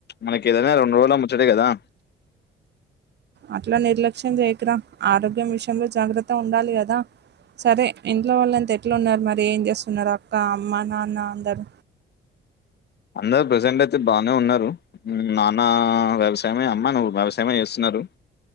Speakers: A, on the left (about 55°); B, on the right (about 60°).
A: మనకి ఏదైనా రెండు రోజుల ముచ్చటే కదా
B: అట్లా నిర్లక్ష్యం చెయ్యకురా ఆరోగ్యం విషయంలో జాగ్రత్త ఉండాలి కదా సరే ఇంట్లో వాళ్లంతా ఎట్లున్నారు మరి ఏం చేస్తున్నారు అక్క అమ్మ నాన్న అందరు
A: అందరు ప్రజెంట్ అయితే బానే ఉన్నారు ఉమ్మ్ నాన్న వ్యవసాయమే అమ్మాను వ్యవసాయమే చేస్తున్నారు